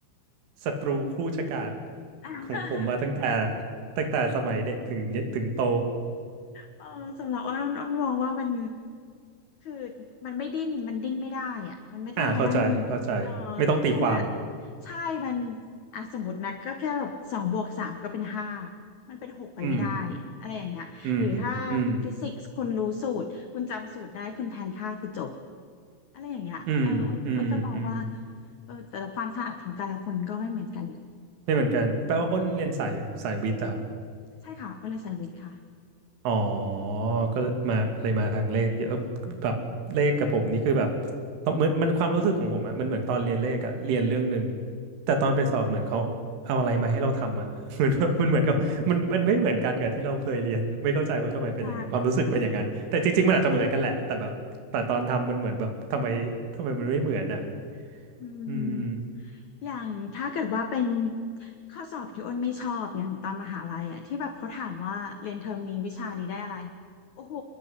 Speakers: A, on the right; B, on the left.
A: ศัตรูคู่ชะกาจ
B: <laughs> อ่ะ
A: ของผมมาตั้งแต่ตั้งแต่สมัยเด็กถึงถึงโต
B: เออสำหรับอ้นอ้นอ้นมองว่ามันคือมันไม่ดิ้นมันดิ้นไม่ได้อ่ะมันไม่ต้องมานั่ง
A: อ่าเข้าใจเข้าใจไม่ต้องตีความ
B: เออเพราะว่าใช่มันอ่ะสมมตินะก็แค่แบบสองบวกสามก็เป็นห้ามันเป็นหกไปไม่ได้
A: อืม
B: อะไรอย่างเงี้ยหรือถ้า
A: อืมอืม
B: ฟิสิกส์คุณรู้สูตรคุณจำสูตรได้คุณแทนค่าคือจบอะไรอย่างเงี้ยเอออ้นอ้นก็มองว่า
A: อืมอืมอืม
B: เออแต่ละความถนัดของแต่ละคนก็ไม่เหมือนกันหรอก
A: ไม่เหมือนกันแปลว่าอ้นเรียนสายสายวิทย์อะครับ
B: อืมใช่ค่ะอ้นเลยเซอร์วิสค่ะ
A: อ๋อก็มาเลยมาทางเลขเยอะเออแบบเลขกับผมนี่คือแบบตอนเหมือนมันความรู้สึกของผมอะมันเหมือนตอนเรียนเลขอะเรียนเรื่องหนึ่งแต่ตอนไปสอบเหมือนเขาเอาอะไรมาให้เราทำอะ <laughs> เหมือนแบบมันเหมือนกับมันมันไม่เหมือนกันกับที่เราเคยเรียนอะไม่เข้าใจว่าทำไมเป็นอย่างนั้นความรู้สึกเป็นอย่างนั้นแต่จริงๆมันอาจจะเหมือนกันแหละแต่แบบแต่ตอนทำมันเหมือนแบบทำไมทำไมมันไม่เหมือนอะ
B: เข้าใจ อืม
A: อืม
B: อย่างถ้าเกิดว่าเป็นข้อสอบที่อ้นไม่ชอบอย่างตอนมหาลัยอ่ะที่แบบเขาถามว่าเรียนเทอมนี้วิชานี้ได้อะไรโอ้โห